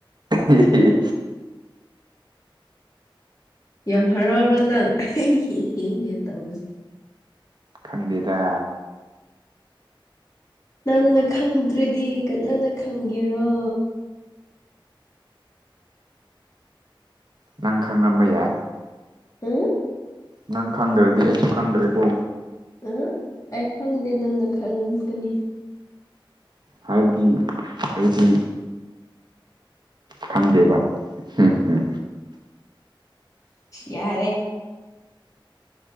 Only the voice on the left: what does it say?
ꯌꯥꯝ ꯍꯔꯥꯎꯕꯥ ꯅꯪ ꯑꯩꯍꯦꯍꯦ ꯇꯧꯋꯁꯦ
ꯅꯪꯅ ꯈꯪꯗ꯭ꯔꯗꯤ ꯀꯅꯥꯗ ꯈꯪꯒꯦꯔꯣ
ꯎꯝ
ꯑ ꯑꯩ ꯈꯪꯗꯦ ꯅꯪꯅ ꯈꯔ ꯉꯒꯅꯤ
ꯌꯥꯔꯦ